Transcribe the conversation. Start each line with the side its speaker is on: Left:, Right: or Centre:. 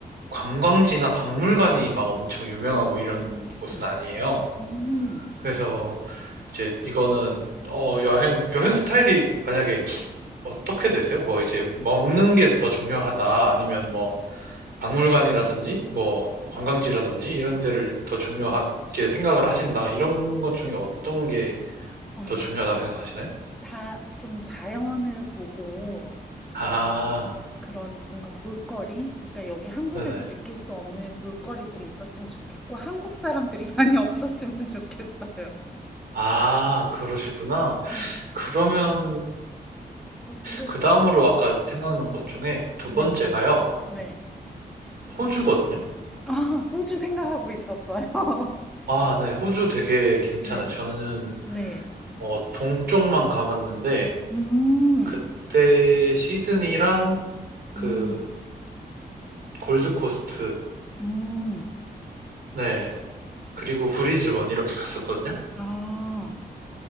Right: 관광지나 박물관이 막 엄청 유명하고 이런 곳은
Centre: 음.
Right: 아니에요.
Centre: 음.
Right: 그래서 이제 이거는 어 여행 여행 스타일이 만약에 어떻게 되세요? 뭐 이제 먹는 게 더 중요하다 아니면 뭐 박물관이라든지 뭐 관광지라든지
Centre: 맞아요.
Right: 이런 데를 더 중요하게
Centre: 맞아요.
Right: 생각을 하신다. 이런 것 중에 어떤 게
Centre: <laughs>
Right: 더 중요하다고 생각하시나요?
Centre: 자, 좀 자연을 보고
Right: 아,
Centre: 어, 그런 뭔가 볼거리? 그러니까 여기 한국에서
Right: 네네.
Centre: 느낄 수 없는 볼거리들이 있었으면 좋겠고 한국 사람들이 <laughs> 많이 없었으면 좋겠어요.
Right: 아, 그러시구나.
Centre: 네.
Right: 그러면
Centre: 어, 근데
Right: 그 다음으로 아까 생각난 것 중에 두
Centre: 네.
Right: 번째가요.
Centre: 네.
Right: 호주거든요.
Centre: 아, 호주 생각하고 있었어요. <laughs>
Right: 아, 네. 호주 되게 괜찮아요.
Centre: 네.
Right: 저는
Centre: 네.
Right: 어, 동쪽만 가봤는데
Centre: 음.
Right: 그때 시드니랑 그
Centre: 음.
Right: 골드코스트,
Centre: 음.
Right: 네. 그리고 브리즈번 이렇게 갔었거든요.
Centre: 아.